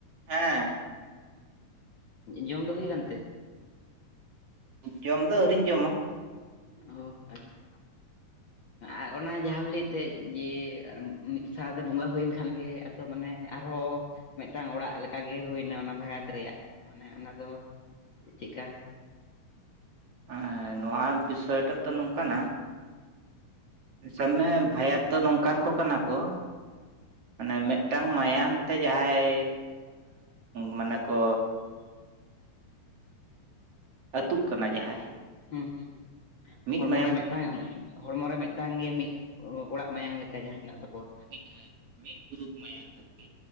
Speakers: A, on the right (about 50°); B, on the left (about 50°).
A: ᱦᱮᱸ
B: ᱡᱚᱢ ᱫᱚ ᱦᱩᱭ ᱠᱟᱱᱛᱮ
A: ᱡᱚᱢ ᱫᱚ ᱟᱹᱣᱨᱤᱧ ᱡᱚᱢᱟ
B: ᱚ ᱟᱪᱪᱷᱟ ᱟᱨ ᱚᱱᱟ ᱡᱟᱦᱟᱢ ᱞᱟᱹᱭᱮᱫ ᱛᱟᱦᱮᱸᱫ ᱡᱮ ᱢᱤᱫ ᱥᱟᱶᱛᱮ ᱵᱚᱸᱜᱟ ᱦᱩᱭᱮᱱ ᱠᱷᱟᱱ ᱜᱮ ᱛᱚ ᱢᱟᱱᱮ ᱟᱨᱦᱚᱸ ᱢᱤᱫᱴᱟᱝ ᱚᱲᱟᱜ ᱞᱮᱠᱟ ᱜᱮ ᱦᱩᱭᱱᱟ ᱚᱱᱟ ᱵᱷᱟᱭᱟᱛ ᱨᱮᱭᱟᱜ ᱟᱱᱮ ᱚᱱᱟ ᱫᱚ ᱪᱮᱫᱠᱟ
A: ᱦᱮ ᱱᱚᱣᱟ ᱵᱤᱥᱚᱭ ᱴᱟᱜ ᱫᱚ ᱱᱚᱝᱠᱟᱱᱟ ᱢᱟᱱᱮ ᱵᱷᱟᱭᱟᱫ ᱫᱚ ᱱᱚᱝᱠᱟᱱ ᱠᱚ ᱠᱟᱱᱟ ᱠᱚ ᱢᱟᱱᱮ ᱢᱤᱫᱴᱟᱝ ᱢᱟᱭᱟᱢ ᱛᱮ ᱡᱟᱦᱟᱸᱭ ᱢᱟᱱᱮ ᱠᱚ ᱟᱹᱛᱩᱜ ᱠᱟᱱᱟ ᱡᱟᱦᱟᱸᱭ
B: ᱦᱩᱸ ᱦᱩᱸ
A: ᱢᱤᱫ
B: ᱦᱚᱲᱢᱚ
A: ᱢᱟᱭᱟᱢ
B: ᱨᱮ ᱢᱤᱫᱴᱟᱝ ᱦᱚᱲᱢᱚ ᱨᱮ ᱢᱤᱫᱴᱟᱝ ᱜᱮ ᱢᱤᱫ ᱚᱲᱟᱜ ᱢᱟᱭᱟᱝ ᱞᱮᱠᱟ ᱡᱟᱦᱟᱸ ᱢᱮᱱᱟᱜ ᱛᱟᱠᱚᱣᱟ
A: ᱮᱱᱠᱷᱟᱱ ᱢᱤᱫ ᱜᱩᱨᱩᱩᱯ ᱢᱟᱭᱟᱝ ᱦᱟᱴᱤᱧ